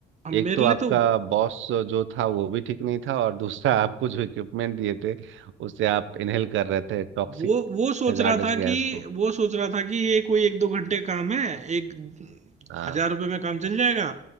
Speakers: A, on the right; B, on the right.
A: अब
B: एक
A: मेरे
B: तो
A: लिए
B: आपका
A: तो
B: बॉस जो था वो भी ठीक नहीं था और दूसरा
A: हाँ,
B: <laughs> आपको जो इक्विपमेंट दिए थे उससे आप इनहेल कर रहे थे टॉक्सिक
A: वो वो सोच
B: हैजार्डस
A: रहा था
B: गैस
A: कि
B: को
A: वो सोच रहा था कि ये कोई एक दो घंटे का काम है एक
B: हाँ
A: हजार रुपये में काम चल जाएगा